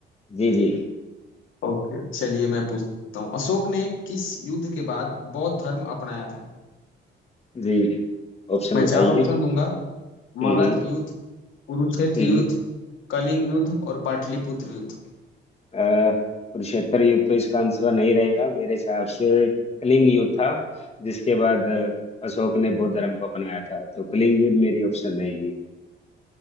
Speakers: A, on the left; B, on the left.
A: जी जी
B: ओके चलिए मैं पूछता हूँ अशोक ने किस युद्ध के बाद बौद्ध धर्म अपनाया था
A: जी ऑप्शन
B: मैं
A: बताइए
B: चार ऑप्शन दूंगा
A: हम्म
B: मगध
A: हम्म
B: युद्ध कुरुक्षेत्र
A: हम्म।
B: युद्ध कलिंग युद्ध और पाटलिपुत्र युद्ध
A: अह, कुरुक्षेत्र युद्ध तो इसका आंसर नहीं रहेगा मेरे हिसाब से कलिंग युद्ध था जिसके बाद अह, अशोक ने बौद्ध धर्म को अपनाया था तो कलिंग युद्ध मेरी ऑप्शन रहेगी